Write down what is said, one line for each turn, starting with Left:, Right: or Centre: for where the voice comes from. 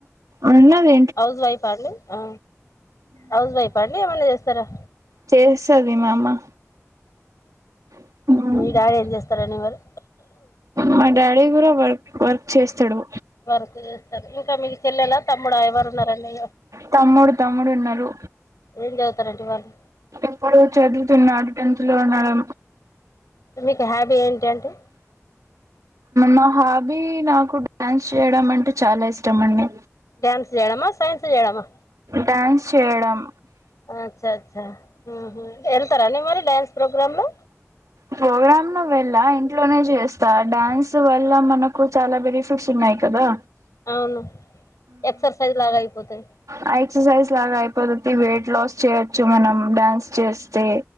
Right: ఉన్నదు
Left: హౌస్ వైఫా అండి ఆ హౌస్ వైఫ అండి ఏమైన్నా చేస్తారా
Right: చేస్తాది మా అమ్మ అమ్మ
Left: మీ డాడి ఏం చేస్తారండి మరి
Right: మా డాడీ కూడా వర్క్ వర్క్ చేస్తడు
Left: వర్క్ చేస్తారు ఇంకా మీ చెల్లెలా తమ్ముడా ఎవరు ఉన్నారండి
Right: తమ్ముడు తమ్ముడు ఉన్నారు
Left: ఏం చదువుతారండి వాళ్ళు
Right: ఎప్పుడు చదువుతున్నాడు టెన్త్ లో ఉన్నాడు
Left: మీకు హ్యాబీ ఏంటి అండి
Right: నా హాబీ నాకు డ్యాన్స్ చేయడం అంటే చాలా ఇష్టం అండి
Left: డ్యాన్స్ చేయడమా సైన్స్ చేయడమా
Right: డ్యాన్స్ చేయడం
Left: అచ్చా అచ్చా వెళ్తారాండి మీరు డ్యాన్స్ ప్రోగ్రామ్ లో
Right: ప్రోగ్రామ్ లో వెళ్ళా ఇంట్లోనే చేస్తా డ్యాన్స్ వల్ల మనకు చాలా బెనిఫిట్స్ ఉన్నాయి కదా
Left: అవును ఎక్సర్సైజ్ లాగ అయిపోతది
Right: ఆ ఎక్సర్సైజ్ లాగా అయిపోద్ది వెయిట్ లాస్ చేయచ్చు మనం డ్యాన్స్ చేస్తే